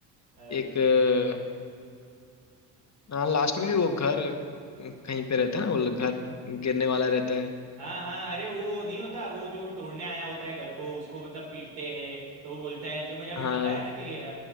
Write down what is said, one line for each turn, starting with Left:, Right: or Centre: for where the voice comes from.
Right: अच्छा
Left: एक अ, हाँ लास्ट में भी वो घर कहीं पे रहता है ना वो घर गिरने वाला रहता है
Right: हाँ हाँ अरे वो नहीं होता वो जो तोड़ने आया होता है घर को उसको मतलब पीटते हैं तो वो बोलता है जो मैंने अभी
Left: हाँ
Right: बताया ना कि अ,